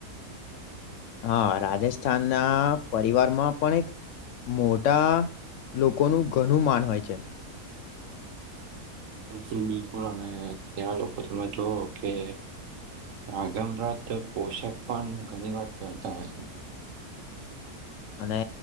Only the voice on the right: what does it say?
બિલકુલ બિલકુલ અને ત્યાં લોકો તમે જોઓ કે રાગભ્રત પોષાક પાન ઘણી વાર ફહેરતા હોય છે,